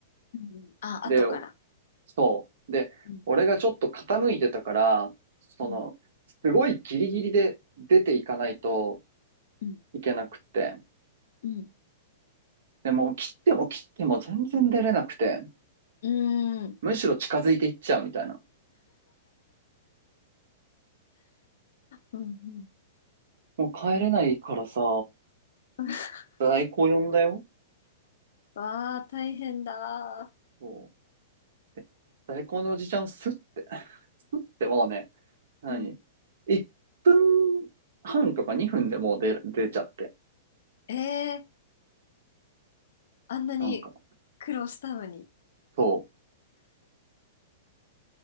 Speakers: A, on the left; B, on the right.
A: うん。あ、
B: で、
A: 後から。
B: そう。で、
A: うん。
B: 俺がちょっと傾いてたから、その、
A: うん。
B: すごいギリギリで出ていかないと
A: うん。
B: いけなくって。
A: うん。
B: でもう切っても切っても全然出れなくて、
A: うーん。
B: むしろ近づいていっちゃうみたいな。
A: うん。うん
B: もう帰れないからさ、
A: <laughs>
B: 代行呼んだよ。
A: わあ、大変だ。
B: そう。で、代行のおじちゃんスッて、<laughs> スッてもうね、何
A: うん。
B: ?1 分半とか2分でもう出、出ちゃって。
A: ええ、あんなに苦労したのに。
B: なんか、そう。